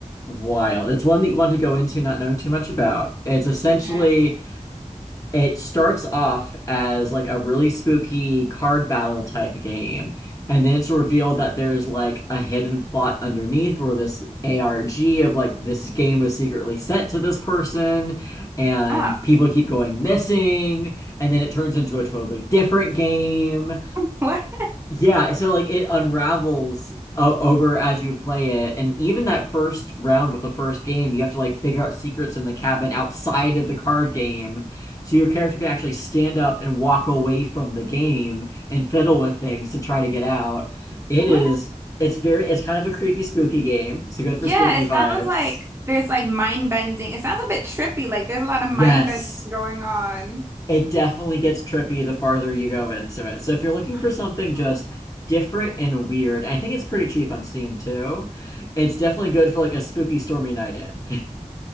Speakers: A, on the left; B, on the right.
A: wild. It's one that you want to go into not knowing too much about. It's essentially
B: Okay.
A: It starts off as like a really spooky card battle type game, and then it's revealed that there's like a hidden plot underneath where this ARG of like this game was secretly sent to this person, and
B: Oh,
A: people keep going missing, and then it turns into a totally different game.
B: <laughs> what?
A: Yeah, so like it unravels o over as you play it, and even that first round with the first game, you have to like figure out secrets in the cabin outside of the card game, so your character can actually stand up and walk away from the game and fiddle with things to try to get out. It
B: What?
A: is, it's very, it's kind of a creepy, spooky game, so good for
B: Yeah,
A: spooky
B: it
A: vibes.
B: sounds like there's like mind bending. It sounds a bit trippy. Like there's a lot of mind
A: Yes.
B: bending going on.
A: It definitely gets trippy the farther you go into it. So if you're looking
B: Oh.
A: for something just different and weird, I think it's pretty cheap on Steam too. It's definitely good for like a spooky stormy night in. <laughs>